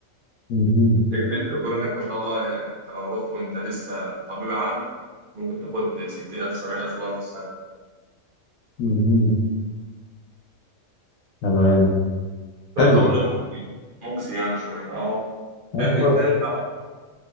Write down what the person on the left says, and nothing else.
مهم.
مهم. تمام
حلو
آه،
كويس